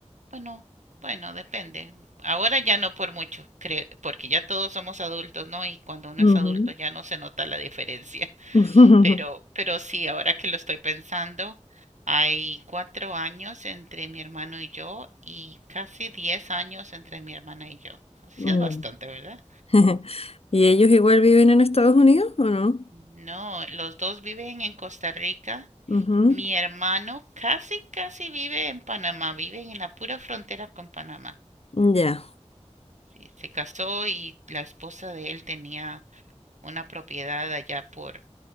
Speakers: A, on the right (about 85°); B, on the left (about 55°).
A: Bueno, bueno, depende. Ahora ya no por mucho, creo, porque ya todos somos adultos, ¿no? Y cuando uno
B: ujú.
A: es adulto ya no se nota la diferencia. <laughs>
B: <laughs>
A: Pero, pero sí, ahora que lo estoy pensando, hay cuatro años entre mi hermano y yo y casi diez años entre mi hermana y yo. Así
B: Mm.
A: es bastante, ¿verdad?
B: <laughs> ¿Y ellos igual viven en Estados Unidos o no?
A: No, los dos viven en Costa Rica.
B: Ujú,
A: Mi hermano casi, casi vive en Panamá, viven en la pura frontera con Panamá.
B: Ya.
A: eh, se casó y la esposa de él tenía una propiedad allá por